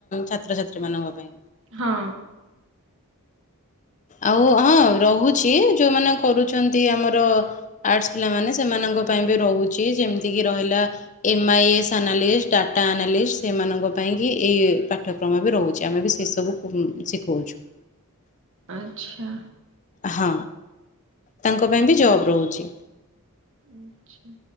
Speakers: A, on the left; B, on the right.
A: ଛାତ୍ରଛାତ୍ରୀ ମାନଙ୍କ ପାଇଁ।
B: ହଁ।
A: ଆଉ ହଁ ରହୁଛି ଯୋଉମାନେ କରୁଛନ୍ତି, ଆମର ଆର୍ଟସ ପିଲାମାନେ ସେମାନଙ୍କ ପାଇଁ ବି ରହୁଛି, ଯେମିତି ରହିଲା M I S analyst data analyst ସେମାନଙ୍କ ପାଇଁକି ଏଇ ପାଠ୍ୟକ୍ରମ ବି ରହୁଛି, ଆମେ ବି ସେ ସବୁକୁ ଉମ ଶିଖଉଛୁ
B: ଆଚ୍ଛା।
A: ହଁ ତାଙ୍କ ପାଇଁ ବି ଜବ୍ ରହୁଛି।
B: ଆଛା